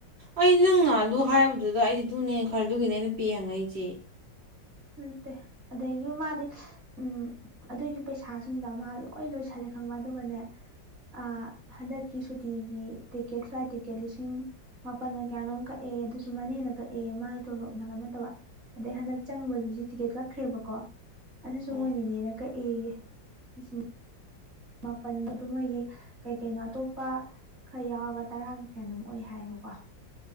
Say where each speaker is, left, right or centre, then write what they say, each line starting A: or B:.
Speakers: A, on the right; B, on the right.
A: ꯑꯩ ꯅꯪꯅ ꯉꯍꯥꯟꯗꯨ ꯍꯥꯏꯕꯗꯨꯗ ꯑꯩꯗꯨꯅꯦ ꯈꯜꯂ ꯗꯨꯅꯦ ꯑꯩꯅ ꯄꯦ ꯍꯪꯉꯛꯏꯁꯦ꯫
B: ꯅꯠꯇꯦ ꯑꯗꯒꯤ ꯃꯥꯗꯤ ꯎꯝ ꯑꯗꯨꯒꯤ ꯄꯩꯁꯥꯁꯤꯡꯗ ꯃꯥ ꯂꯣꯏ ꯂꯣꯏꯁꯜꯂꯦ ꯈꯪꯕꯔ ꯑꯗꯨꯒꯅꯦ ꯑ ꯍꯟꯗꯛꯀꯤ ꯁꯨꯠ ꯇꯤꯒꯤ ꯇꯤꯛꯀꯦꯠ ꯐ꯭ꯂꯥꯏꯠ ꯇꯤꯛꯀꯦꯠ ꯂꯤꯁꯤꯡ ꯃꯥꯄꯜꯒ ꯀꯌꯥꯅꯣꯛ ꯀꯛꯑꯦ ꯑꯗꯨꯁꯨ ꯃꯅꯦꯅ ꯀꯛꯑꯦ ꯃꯥꯒꯤ ꯇꯣꯂꯣꯞꯅꯒ ꯅꯠꯇꯕ ꯑꯗꯩ ꯍꯟꯗꯛ ꯆꯪꯕꯒꯤꯁꯨ ꯇꯤꯛꯀꯦꯠ ꯀꯛꯈ꯭ꯔꯦꯕꯀꯣ꯫ ꯑꯗꯨꯁꯨ
A: ꯎꯝ
B: ꯃꯣꯏ ꯅꯤꯅꯦꯅ ꯀꯩ ꯑꯩꯌꯦꯌꯦ <unintelligible> ꯃꯥꯄꯟ ꯑꯗꯨ ꯃꯣꯏꯒꯤ ꯀꯩꯀꯩꯅꯣ ꯑꯇꯣꯞꯄ ꯈꯔ ꯌꯥꯎꯔꯒ ꯇꯔꯥꯒ ꯀꯩꯅꯣꯝ ꯑꯣꯏ ꯍꯥꯏꯌꯦꯕꯀꯣ꯫